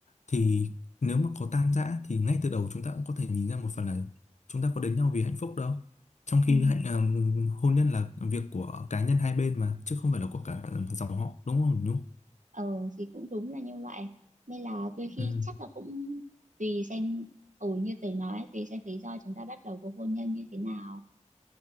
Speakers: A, on the left (about 70°); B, on the right (about 80°).
A: thì nếu mà có tan rã thì ngay từ đầu chúng ta cũng có thể nhìn ra một phần là chúng ta có đến nhau vì hạnh phúc đâu trong khi
B: ừ.
A: hạnh ờ, hôn nhân là việc của cá nhân hai bên mà chứ không phải là của cả dòng họ đúng không Nhung
B: ờ thì cũng đúng là như vậy nên là đôi khi
A: ừ
B: chắc là cũng tùy xem ừ như tớ nói tùy xem lý do chúng ta bắt đầu cuộc hôn nhân như thế nào